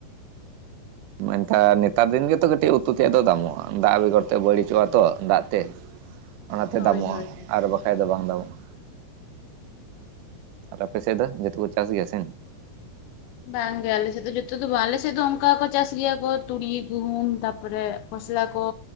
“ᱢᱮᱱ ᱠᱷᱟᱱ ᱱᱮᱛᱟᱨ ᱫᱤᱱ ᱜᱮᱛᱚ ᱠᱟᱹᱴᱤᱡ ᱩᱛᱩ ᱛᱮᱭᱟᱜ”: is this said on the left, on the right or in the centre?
Right